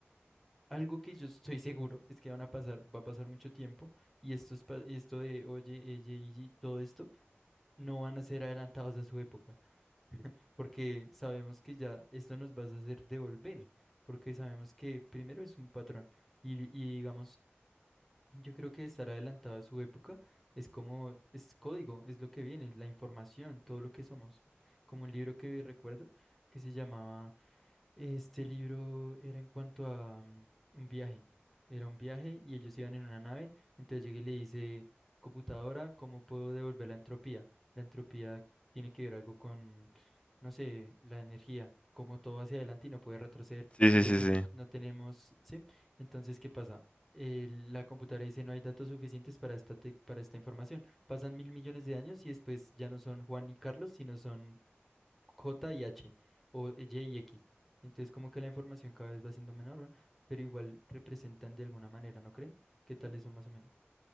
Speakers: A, in the centre; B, on the left.
A: algo que yo estoy <laughs> seguro es que van a pasar, va a pasar mucho tiempo y esto, es, pa- y esto de oye, ella y todo esto no van a ser adelantados a su época, porque sabemos que ya esto nos va a hacer devolver, porque sabemos que primero es un patrón y, y digamos Yo creo que estar adelantado a su época es como, es código, es lo que viene, es la información, todo lo que somos. Como un libro que recuerdo que se llamaba este libro era en cuanto a mm, un viaje. Era un viaje y ellos iban en una nave. Entonces llega y le dice, computadora, ¿cómo puedo devolver la entropía? La entropía tiene que ver algo con, no sé, la energía, como todo va hacia adelante y no puede retroceder.
B: Sí, sí,
A: Y le
B: sí,
A: dice,
B: sí.
A: no, no tenemos, ¿sí? Entonces, ¿qué pasa? Eh, la computadora dice, no hay datos suficientes para esta, tec- para esta información. Pasan mil millones de años y después ya no son Juan y Carlos, sino son J y H o Y y X. Entonces como que la información cada vez va siendo menor, ¿verdad? Pero igual representan de alguna manera, ¿no creen? ¿Qué tal eso más o menos?